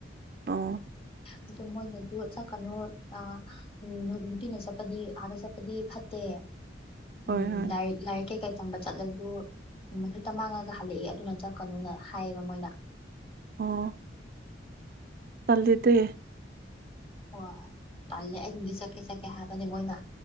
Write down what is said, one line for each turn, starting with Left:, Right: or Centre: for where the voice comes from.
Right: ꯑꯣ
Left: ꯑꯗꯨ ꯃꯣꯏꯅꯁꯨ ꯆꯠꯀꯅꯨ ꯑꯥ ꯎꯝ ꯅꯨꯄꯤꯅ ꯆꯞꯄꯗꯤ ꯑꯗ ꯆꯄꯗꯤ ꯐꯠꯇꯦ
Right: ꯍꯣꯏ
Left: ꯎꯝ
Right: ꯍꯣꯏ
Left: ꯂ ꯂꯥꯏꯔꯤꯛ ꯀꯩ ꯀꯩ ꯇꯝꯕ ꯆꯠꯂꯁꯨ ꯍꯦꯛꯇ ꯃꯥꯡꯉꯒ ꯍꯜꯂꯛꯑꯦ ꯑꯗꯨꯅ ꯆꯠꯀꯅꯨꯅ ꯍꯥꯏꯌꯦꯕ ꯃꯣꯏꯅ
Right: ꯑꯣ ꯇꯂꯦꯗꯦ
Left: ꯍꯣꯏ ꯇꯜꯂꯦ ꯑꯩ ꯅꯗꯤ ꯆꯠꯀꯦ ꯆꯠꯀꯦ ꯍꯥꯏꯕꯅꯤ ꯃꯣꯏꯅ